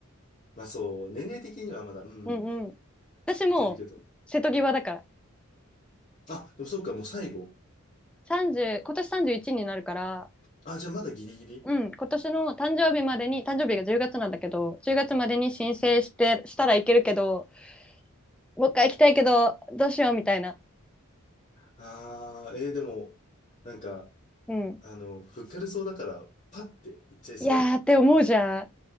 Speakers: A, on the left; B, in the centre.
A: まあそう、年齢的にはまだ、うん、
B: うんうん。私もう瀬戸際だから。
A: いけるけど。あ、でもそうか、もう最後。
B: 30、今年31になるから、
A: あ、じゃあまだギリギリ
B: うん、今年の誕生日までに、誕生日が10月なんだけど、10月までに申請して、したらいけるけど、もう一回行きたいけど、どうしようみたいな。
A: ああー、えー、でも、なんか、
B: うん。
A: あの、ふっかるそうだから、パッていっちゃいそ
B: いやーって思うじゃん。